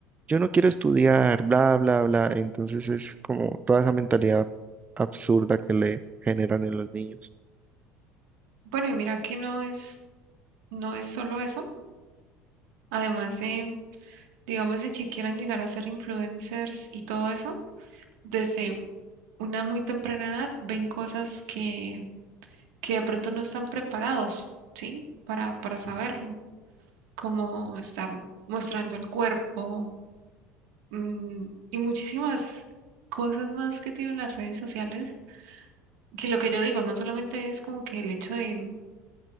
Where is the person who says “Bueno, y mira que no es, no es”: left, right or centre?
Right